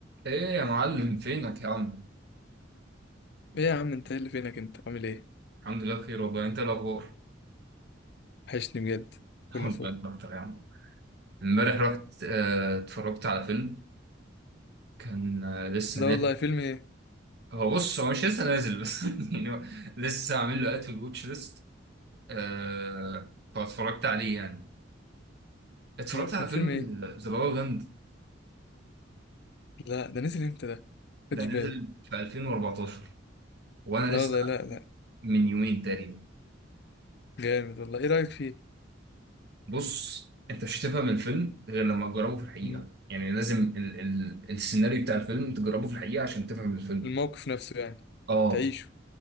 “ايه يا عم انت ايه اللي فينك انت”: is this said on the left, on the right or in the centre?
Left